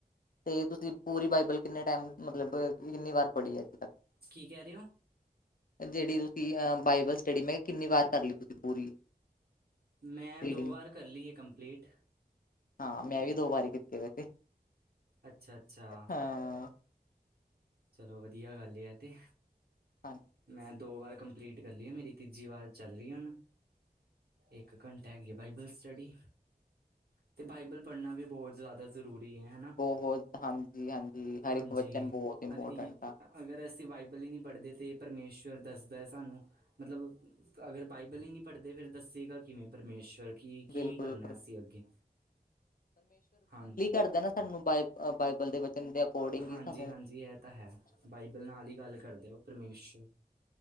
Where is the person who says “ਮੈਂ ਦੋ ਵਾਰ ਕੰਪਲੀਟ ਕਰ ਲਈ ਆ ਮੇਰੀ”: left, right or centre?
Right